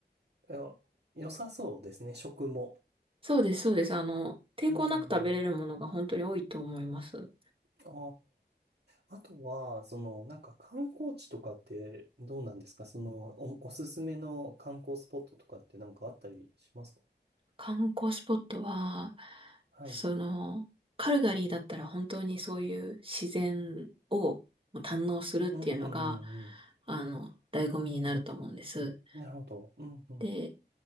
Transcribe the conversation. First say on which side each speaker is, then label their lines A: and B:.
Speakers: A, on the right; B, on the right.
A: いや良さそうですね。食も。
B: そうです、そうです。あの、抵抗なく食べれるものが本当に多いと思います。
A: うん。ああ。あとは、その、なんか観光地とかってどうなんですかその、お、おすすめの観光スポットとかってなんかあったりしますか
B: 観光スポットは、
A: はい。
B: その、カルガリーだったら本当にそういう自然を堪能するっていうのが、
A: うんうんうんうん。
B: あの、醍醐味になると思うんです。
A: なるほど。うんうん。
B: で、